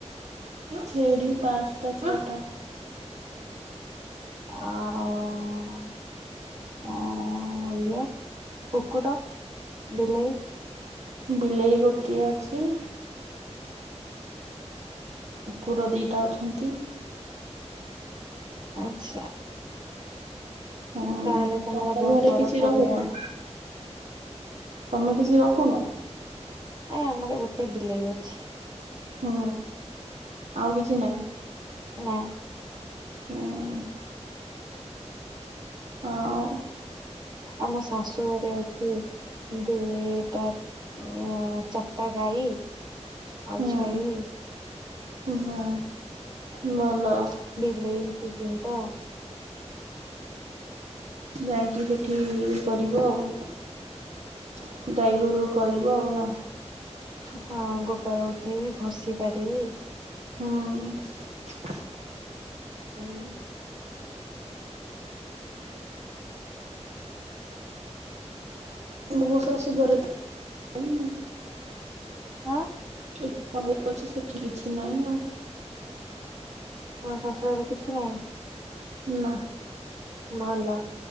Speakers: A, on the right (about 70°); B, on the right (about 35°).
A: ଛେଳି ପାଞ୍ଚଟା, ଛଟା।
B: ଆ-ଆ-ଉଁ-ଉଁ ଅଁ -ଅଁ ଇଏ କୁକୁଟ, ବିଲେଇ
A: ବିଲେଇ ଗୋଟିଏ ଅଛି। କୁର ଦିଟା ଅଛନ୍ତି।
B: ଆଚ୍ଛା।
A: ହୁଁ,
B: ତାହେଲେ ତମର
A: ତମ
B: ବହୁତ
A: ଘରେ
B: ବଡ
A: କିଛି
B: ପରିବାର
A: ରହୁନ? ତମେ କିଛି ରଖୁନ?
B: ଏ ଆମର ଗୋଟେ ବିଲେଇ ଅଛି।
A: ହୁଁ, ଆଉ କିଛି ନାହିଁ?
B: ନାଇଁ।
A: ହୁଁ ଉ। ଆଁ ଓ।
B: ଆମ ଶାଶୁଘରେ ଅଛି ଗୁଇଟା। ଅଁ ଚାର୍ ଟା ଗାଈ, ଆଉ
A: ହୁଁ।
B: ଛେଳି।
A: ହୁଁ
B: <inaudible>
A: ଭଲ।
B: ବିଲେଇ ଦି ତିନିଟା।
A: ଯାଇକି ସେଠି- କରିବ ଆଉ। ଗାଈ ଗୋରୁ କରିବ ଆଉ ନା?
B: ହଁ ଗୋବର ଉଠେଇବି ଘଷି ପାରିବି।
A: ହୁଁ।
B: ହୁଁ।
A: ମୋ ଶାଶୁ ଘରେ ତ ନାହିଁ ଆଉ।
B: <inaudible> ହଁ।
A: ଏ ତମକୁ କହୁଚି ସେଠି କିଛି ନାହିଁ ଆଉ।
B: ହଁ ଶାଶୁଘରେ କିଛି ନାହିଁ?
A: ନାଁ।
B: ଭଲ